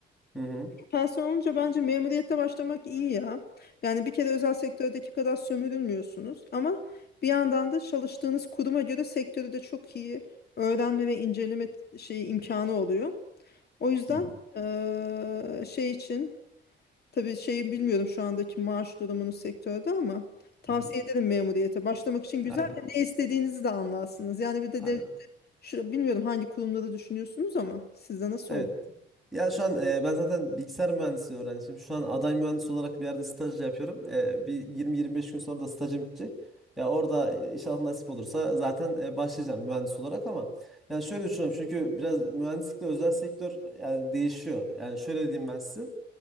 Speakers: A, in the centre; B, on the left (about 55°).
A: Hı hı.
B: Tersen olunca bence memuriyette başlamak iyi ya. Yani bir kere özel sektördeki kadar sömürülmüyorsunuz ama bir yandan da çalıştığınız kuruma göre sektörü de çok iyi öğrenme ve inceleme şeyi imkanı oluyor. O yüzden
A: Hı
B: eee, şey için tabii şeyi bilmiyorum şu andaki maaş durumunu sektörde ama tavsiye
A: hı.
B: ederim memuriyete. Başlamak için güzel
A: Aynen.
B: de ne istediğinizi de anlarsınız. Yani bir de
A: Aynen.
B: dev- şu, bilmiyorum hangi kurumları düşünüyorsunuz ama sizde nasıl
A: Evet. Ya şu an e, ben zaten bilgisayar mühendisliği öğrencisiyim. Şu an aday mühendis olarak bir yerde staj yapıyorum. E, bir 20-25 gün sonra da stajım bitecek. Ya orada e, inşallah nasip olursa zaten e, başlayacağım mühendis olarak ama yani şöyle düşünüyorum çünkü biraz mühendislikle özel sektör yani değişiyor. Yani şöyle diyeyim ben size.